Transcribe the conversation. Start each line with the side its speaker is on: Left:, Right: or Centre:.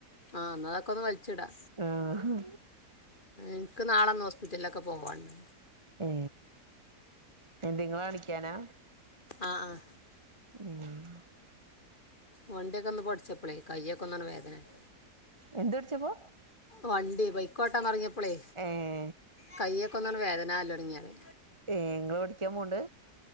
Left: ആഹ് ന്നാ അതൊക്കെ ഒന്ന് വൽച്ച്ടാ
Right: ആഹ്
Left: ൻക്ക് നാളൊന്ന് ഹോസ്പിറ്റലിലൊക്കെ പോവാണ്ട്
Right: ഏ എന്തെ ഇങ്ങളെ കാണിക്കാനാ
Left: ആഹ് ആഹ്
Right: യേ
Left: വണ്ടിയൊക്കെ ഒന്ന് ഓടിച്ചപ്പോഴേ കയ്യൊക്കെ ഒന്നാണ്ട് വേദനയായി.
Right: എന്ത് പഠിച്ചപ്പോ
Left: വണ്ടി ബൈക്കോട്ടാൻ തൊടങ്ങ്യപ്പളേ
Right: ഏഹ്
Left: കയ്യൊക്കെ ഒന്നാണ്ട് വേദനാലൊടങ്ങിയാണെ
Right: ഏഹ് ഇങ്ങള് പഠിക്കാൻ പോണ്ട്